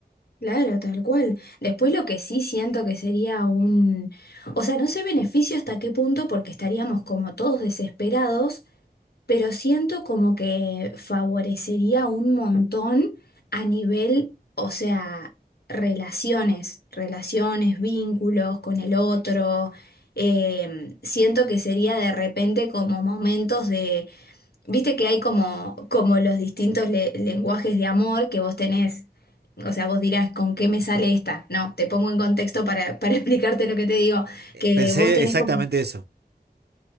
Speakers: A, on the left; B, on the right.
A: Claro, tal cual. Después lo que sí siento que sería un... O sea, no sé beneficio hasta qué punto porque estaríamos como todos desesperados, pero siento como que favorecería un montón a nivel, o sea, relaciones, relaciones, vínculos con el otro. Em, siento que sería de repente como momentos de... Viste que hay como, como los distintos le- lenguajes de amor que vos tenés. O sea, vos dirás, ¿con qué me sale esta? No, te pongo en contexto para, para <laughs> explicarte lo que te digo.
B: Eh,
A: Que
B: Pensé
A: vos tenés
B: exactamente
A: como...
B: eso.